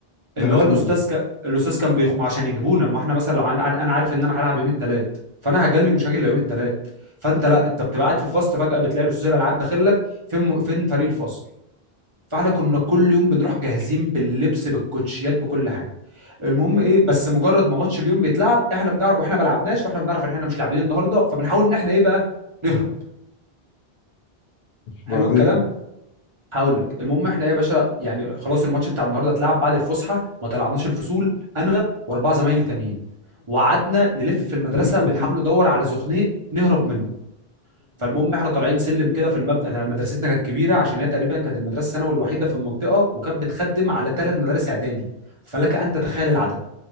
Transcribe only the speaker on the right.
اللي
هو الاستاذ ك... الاستاذ كان بيخ... ما عشان يجيبونا ما احنا مثلا لو عن... عن- انا عارف ان انا هلعب يوم الثلاث فانا هجلي ومش هاجي الا يوم الثلاث فانت لا انت بتبقى قاعد في الفصل فجاه بتلاقي استاذ الالعاب داخل لك فين فين فريق الفصل فاحنا كنا كل يوم بنروح جاهزين باللبس بالكوتشيات بكل حاجه المهم ايه بس مجرد ما ماتش اليوم بيتلعب احنا بنعرف واحنا ما لعبناش واحنا بنعرف ان احنا مش لاعبين النهارده فبنحاول ان احنا ايه بقى نهرب حلو
الكلام هقول لك المهم احنا يا باشا يعني خلاص الماتش بتاع النهارده اتلعب بعد الفسحه ما طلعناش الفصول انا واربعه زمايلي تانيين وقعدنا نلف في المدرسه
بنحاول ندور على زخنيق نهرب منه فالمهم احنا طالعين سلم كده في المبنى احنا مدرستنا كانت كبيره عشان هي تقريبا كانت المدرسه الثانوي الوحيده في المنطقه وكانت بتخدم على ثلاث مدارس اعدادي فلك ان تتخيل العدد